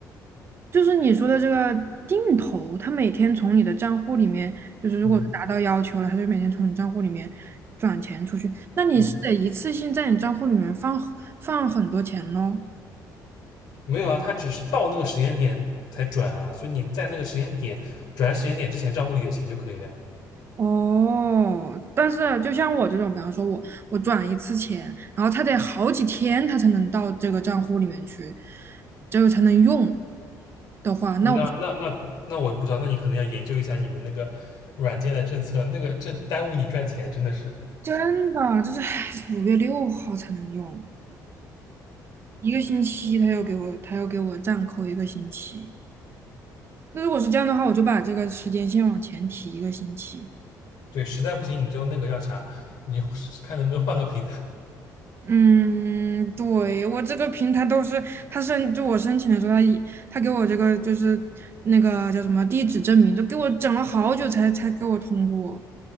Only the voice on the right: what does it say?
就是你说的这个定投，它每天从你的账户里面，就是如果是达到要求了，
它就每天从你账户里面转钱出去，那你是得一次性在你账户里面放放很多钱喽？
哦，但是啊就像我这种，比方说我我转一次钱，然后他得好几天，他才能到这个账户里面去，这个才能用的话，那我
真的就是唉五月六号才能用，一个星期他要给我他要给我暂扣一个星期。那如果是这样的话，我就把这个时间线往前提一个星期。
嗯，对，我这个平台都是他申，就我申请的时候，他一他给我这个就是那个叫什么地址证明，都给我整了好久才才给我通过。